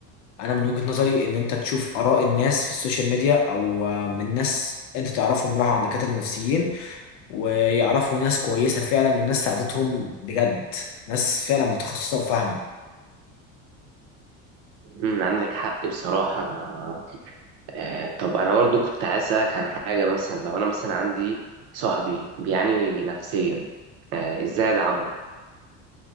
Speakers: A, on the left; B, on the right.
A: انا من وجهة نظري ان انت تشوف اراء الناس في السوشيال ميديا او آه، من ناس انت تعرفهم راحوا عند دكاترة نفسيين ويعرفوا ناس كويسة فعلا وناس ساعدتهم بجد ناس فعلا متخصصة وفاهمة
B: امم عندك حق بصراحة أنا آه، طب انا برضو كنت عايز اسالك عن حاجه مثلا لو انا مثلا عندي صاحبي بيعاني نفسيا آه، ازاي ادعمه